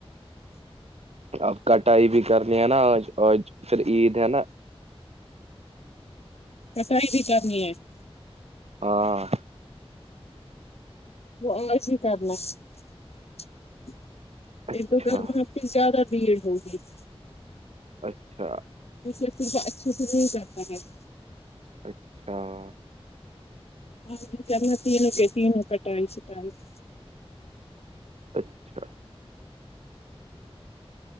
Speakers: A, on the right; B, on the left.
A: اب کٹائی بھی کرنی ہے نا آ آج پھر عید ہے نا
B: رسائی بھی کرنی ہے <unintelligible>
A: ہاں <unintelligible>
B: وہس ہی کرنا <unintelligible>
A: اچھا
B: ایک دو گھر میں زیادہ <inaudible> بھیڑ ہوگی <inaudible>
A: اچھا <unintelligible>
B: اس صرف اچھے سے نہیں کرتا ہے <inaudible>
A: اچھا <unintelligible>
B: ہاں چنا تین کے تینوں کٹائی شٹائی <inaudible>
A: اچھا <unintelligible>